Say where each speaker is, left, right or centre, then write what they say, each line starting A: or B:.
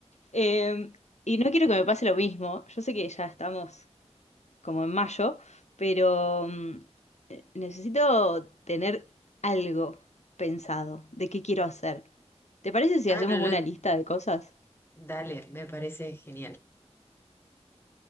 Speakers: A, on the left (about 80°); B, on the left (about 20°).
A: eh, y no quiero que me pase lo mismo. Yo sé que ya estamos como en mayo, pero mm, eh, necesito tener algo pensado de qué quiero hacer. ¿Te parece si
B: Ah,
A: hacemos
B: no, no,
A: una lista de cosas?
B: dale, me parece genial.